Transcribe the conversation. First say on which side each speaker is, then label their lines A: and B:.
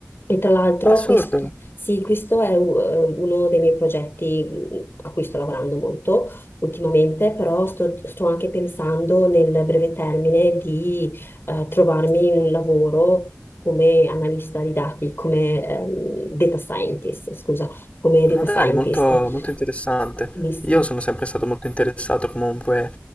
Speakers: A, on the left; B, on the left.
A: E tra l'altro
B: Assurdo.
A: questo, sì, questo è u- eh, uno dei miei progetti a cui sto lavorando molto ultimamente, però sto, sto anche pensando nel breve termine di eh, trovarmi un lavoro come analista di dati, come ehm, data scientist, scusa, come data
B: Ma dai,
A: scientist.
B: molto, molto interessante.
A: Quindi sì.
B: Io sono sempre stato molto interessato comunque